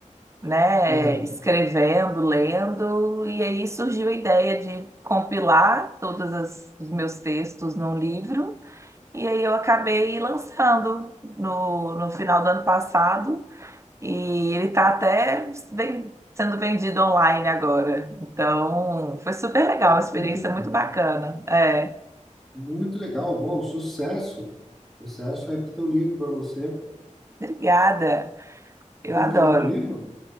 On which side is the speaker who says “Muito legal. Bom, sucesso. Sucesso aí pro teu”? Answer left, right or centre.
Centre